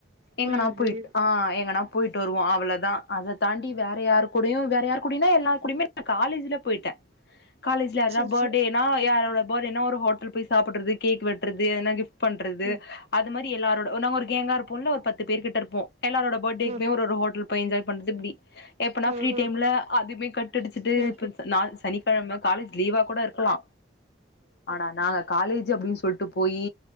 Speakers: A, on the left (about 60°); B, on the right (about 35°).
A: எங்கனா
B: புரியுது
A: போய்ட்
B: புரியுது
A: ஆ எங்கனா போய்ட்டு வருவோ அவ்ளதா அத தாண்டி வேற யாரு கூடயு வேற யாரு கூடயுனா எல்லார் கூடயுமே காலேஜ்ல போய்ட்டே காலேஜ்ல யார்னா
B: சேரி
A: படேனா
B: சேரி
A: யாரோட படேனா ஒரு ஹோட்டல் போய் சாப்புட்றது கேக் வெட்றது ஏனா கிஃப்ட் பண்றது
B: ம்
A: அது மாரி எல்லாரோட நம்ம ஒரு கேங்கா இருப்போல்ல ஒரு பத்து பேர்கிட்ட இருப்போ எல்லாரோட படேக்குமே
B: ம் ம்
A: ஒரு ஒரு ஹோட்டல் போய் என்ஜாய் பண்றது இப்டி எப்பனா
B: ம் ம்
A: ஃப்ரீ டைம்ல அதுமே கட் அடிச்சுட்டு
B: ம் ம் ம்
A: நாள் சனிக்கெழம காலேஜ் லீவா கூட இருக்கலா ஆனா நாங்க காலேஜ் அப்டின் சொல்ட்டு போயி